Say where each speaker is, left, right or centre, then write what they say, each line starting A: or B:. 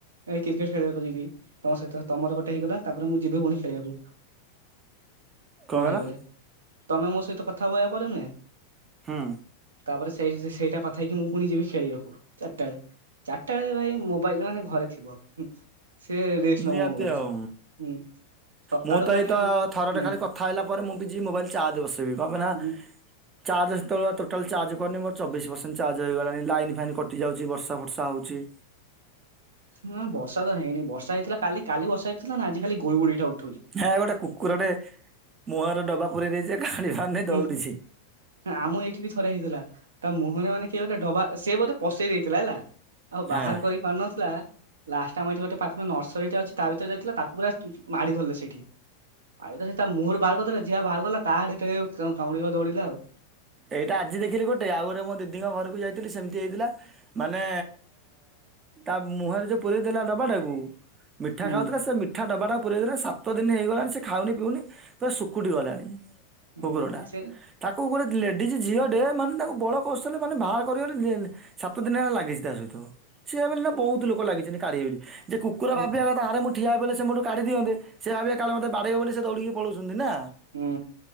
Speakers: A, on the right; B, on the right.
A: ଏଇ କ୍ରିକେଟ ଖେଳିବାକୁ ଯିବି ତମ ସହିତ ତମର ଗୋଟେ ହେଇଗଲା। ତାପରେ ମୁଁ ଯିବି ପୁଣି ଖେଳିବାକୁ
B: କଣ
A: ତମର
B: କହିଲ
A: ହେଇଗଲେ। ତମେ ମୋ ସହିତ କଥା ହବ ୟାପରେ ନୁହେଁ।
B: ହୁଁ।
A: ତାପରେ ସେଇ ସେଇଟା କଥା ହେଇକି ମୁଁ ଫୁଣି ଯିବି ଖେଳିବାକୁ ଚାରିଟା ବେଳେ। ଚାରିଟା ବେଳେ ଭାଇ ମୋବାଇଲ ମାନେ ଘରେ ଥିବ ସେ ରେଷ୍ଟ
B: ନିହାତି
A: ନବ ମୋବାଇଲ।
B: ଆଉ
A: ହୁଁ। ସକାଳୁ
B: ମୁଁ ତ
A: ମାନେ
B: ଏଇତ ଥରଟେ
A: ହୁଁ
B: ଖାଲି କଥା ହେଲା ପରେ ମୁଁ ପି ଯିବି ମୋବାଇଲ ଚାର୍ଜ ବସେଇବି କଣ ପାଇଁ ନା
A: ହୁଁ
B: ଚାର୍ଜ ସେତବେଳେ ବା ଟୋଟାଲି ଚାର୍ଜ କରିନି ମୋର ଚବିଶ ପେସେଣ୍ଟ। ଚାର୍ଜ ହୋଇଗଲାଣି ଲାଇନ୍ ଫାଇନ୍ କଟିଯାଉଛି ବର୍ଷା ଫର୍ଷା ହଉଛି।
A: ନା ବର୍ଷା ତ ହେଇନି ବର୍ଷା ହେଇଥିଲା କାଲି କାଲି ବର୍ଷା ହେଇଥିଲା ନା ଆଜି ଖାଲି ଗୁଳି ଗୁଳିଟା ଉ
B: ହେଁ ଗୋଟେ କୁକୁରଟେ ମୁହଁରେ ଡବା ପୁରେଇ ଦେଇଚି ଯେ କାଢି ପାରୁନି
A: ହୁଁ
B: ଦୌଡ଼ିଛି।
A: ଆମ ଏଇଠି ବି ଥରେ ହେଇଥିଲା ତା ମୁହଁରେ ମାନେ କିଏ ଗୋଟେ ଡବା ସେ ବୋଧେ ପସେଇ ଦେଇଥିଲା ହେଲା। ଆଉ ବାହାର
B: ହେଁ।
A: କରି ପାରୁନଥିଲା ଲାଷ୍ଟ ଆମ ଏଇଠି ଗୋଟେ ପାଖରେ ନସରୀ ଟେ ଅଛି ତା ଭିତରେ ଯାଇଥିଲା ତାକୁ ପୁରା ମାଡ଼ି ଧରିଲେ ସେଇଠି। ଆଇଦା ସେଇ ତା ମୁହଁରୁ ବାହାର କରିଦେଲେ ଯିଏ ବାହାରକଲା ତା ଆଡେ <unintelligible> କା-କାମୁଡିବାକୁ ଦୌଡିଲା ଆଉ।
B: ଏଇଟା ଆଜି ଦେଖିଲି ଗୋଟେ ଆଉ ଗୋଟେ ମୋ ଦିଦିଙ୍କ ଘରକୁ ଯାଇଥିଲି ସେମିତି ହେଇଥିଲା। ମାନେ ତା ମୁହଁରେ ଯଉ ପୁରେଇ ଥିଲା ଡବାଟାକୁ ମିଠା
A: ହୁଁ
B: ଖାଉଥିଲା ସେ ମିଠା ଡବାଟାକୁ ପୁରେଇଦେଲା ସାତଦିନି ହେଇଗଲାଣି ସେ ଖାଉନି ପିଉନି ପୁରା ଶୁକୁଟି ଗଲାଣି।
A: ହୁଁ
B: କୁକୁର ଟା
A: ସେ
B: ତାକୁ ଗୋଟେ ଲେ ଡିଜି ଝିଅଟେ ମାନେ ତାକୁ ବଳ କୌଶଲେ ମାନେ ବାହାର କରିବାରେ ଦିନି ସାତ ଦିନି ହେଲା ଲାଗିଚି ତା ସହିତ। ସିଏ ବୋଲି ନୁହଁ ବହୁତ ଲୋକ ଲାଗିଛନ୍ତି କାଢିବେ ବୋଲି। ଯେ କୁକୁର
A: ହୁଁ
B: ଭାବିବା କଥା ଆରେ ମୁଁ ଠିଆ ହେଇ ପଇଲେ ସେ ମୋଠୁ କାଢିଦିଅନ୍ତେ। ସେ ଭାବିବେ କାଳେ ମତେ ବାଡେଇବେ ବୋଲି ସେ ଦୌଡ଼ିକି ପଳଉଛନ୍ତି ନା
A: ହୁଁ